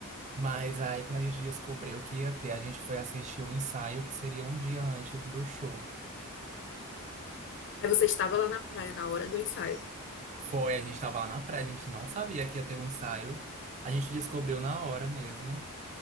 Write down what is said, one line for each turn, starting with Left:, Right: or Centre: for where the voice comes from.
Right: mas aí quando a gente descobriu que ia ter, a gente foi assistir o ensaio que seria um dia antes do show.
Left: Aí você estava lá na praia na hora do ensaio.
Right: Foi, a gente tava lá na praia, a gente não sabia que ia ter um ensaio. A gente descobriu na hora mesmo.